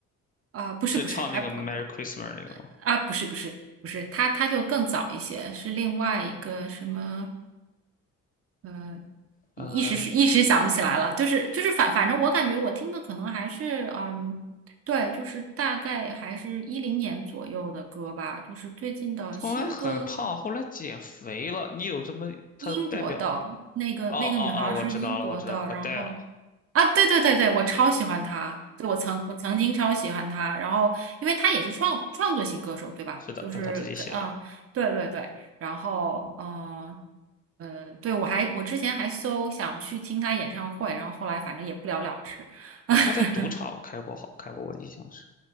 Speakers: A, on the right (about 50°); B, on the left (about 30°).
A: 啊、不是不是，
B: 是唱那个《Merry
A: 还不还
B: Christmas》那个吗？
A: 啊不是不是不是，她她就更早一些，是另外一个什么？嗯。
B: 呃，
A: 一时是一时想不起来了，就是就是反反正我感觉我听的可能还是嗯，对，就是大概还是一零年左右的歌吧，就是最近的新歌，
B: 后来很胖，后来减肥了。你有什么她的代表？
A: 英国的那个那个女孩儿是英国的，
B: 哦哦哦，我知道了，我知道，Adele，
A: 然后啊，对对对对，我超喜欢他，对，我曾我曾经超喜欢他，然后因为他也是创创作型歌手，对吧？
B: 是的，
A: 就是跟嗯，
B: 都是她自己写的。
A: 对对对，然后嗯嗯，呃对我还我之前还搜想去听他演唱会，然后后来反正也不了了之，<laughs>
B: 哦，她在赌场开过好，开过，我印象是，